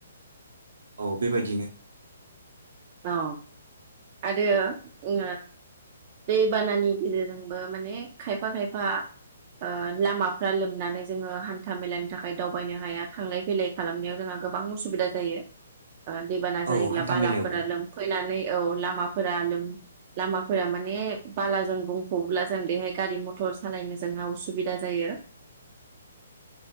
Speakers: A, on the right; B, on the right.
A: औ बेबायदिनो
B: औ आरो ओ दैबानानि गेजेरजोंबो माने खायफा खायफा ओ लामाफ्रा लोमनानै जोंङो हान्था मेलानि थाखाय दावबायनो हाया थांलाय फैलाय खालामनायाव जोंहा गोबां उसुबिदा जायो। ओ दैेबाना
A: औ
B: जायोब्ला
A: हान्था
B: बाला
A: मेलायावबो
B: फोरा लोमफैनानै औ लामाफोरा लोम लामाफोरा माने बालाजों बुंफबब्ला जों बेहाय गारि मथर सालायनो जोंहा उसुबिदा जायो